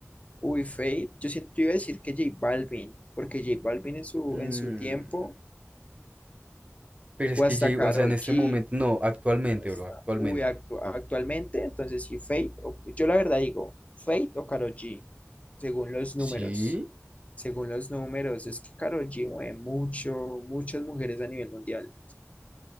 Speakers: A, on the left; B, on the right.
A: uy, Fate. Yo siento, yo iba a decir que J Balvin, porque J Balvin en su,
B: Mm,
A: en su tiempo
B: pero es
A: o
B: que,
A: hasta
B: J-
A: Karol
B: o sea, en este
A: G,
B: momento, no, actualmente,
A: o hasta,
B: bro, actualmente.
A: uy, actu- actualmente, entonces sí, Fate, o- yo la verdad digo, Fate o Karol G, según los números,
B: Sí,
A: según los números, es que Karol G mueve mucho, muchas mujeres a nivel mundial.